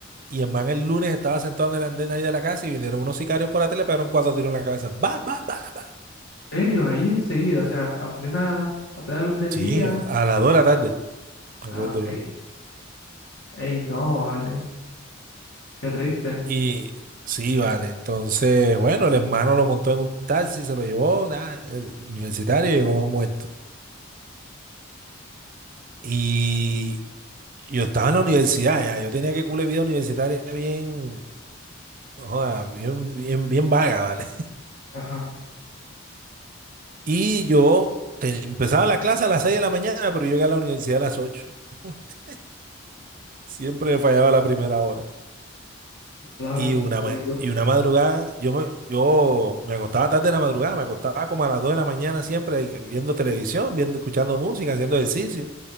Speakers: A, on the right (about 45°); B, on the left (about 60°).
A: Y en man el lunes estaba sentado en el andén ahí de la casa y vinieron unos sicarios por la tele, pegaron cuatro tiros en la cabeza. ¡Bah, bah, bah, bah!
B: ¿En serio? Ahí enseguida, o sea, a plena, a plena luz del
A: Sí,
B: día.
A: a las dos de la tarde, me
B: Ah,
A: acuerdo
B: ok.
A: yo.
B: Ey, no, vale. Qué triste.
A: Y sí, vale. Entonces, bueno, el hermano lo montó en un taxi, se lo llevó, nada, el universitario, llegó muerto. Y yo estaba en la universidad, ya. Yo tenía que cule vida universitaria bien, no joda, bien, bien, bien vaga, ¿vale?
B: Ajá,
A: Y yo te- empezaba la clase a las 6 de la mañana, pero yo llegué a la universidad a las ocho <laughs> Siempre fallaba la primera hora.
B: mi palabra.
A: Y una,
B: Soy
A: ma-
B: yo.
A: y una madrugada, yo me, yo me acostaba tarde en la madrugada, me acostaba como a las 2 de la mañana siempre y viendo televisión, viendo, escuchando música, haciendo ejercicio.